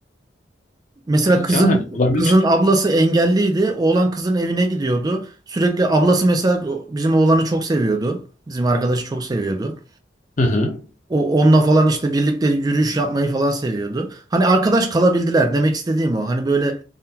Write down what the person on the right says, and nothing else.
Mesela kızın
kızın ablası engelliydi. Oğlan kızın evine gidiyordu. Sürekli ablası mesela bizim oğlanı çok seviyordu. Bizim arkadaşı çok seviyordu.
O onunla falan işte birlikte yürüyüş yapmayı falan seviyordu. Hani arkadaş kalabildiler demek istediğim o. Hani böyle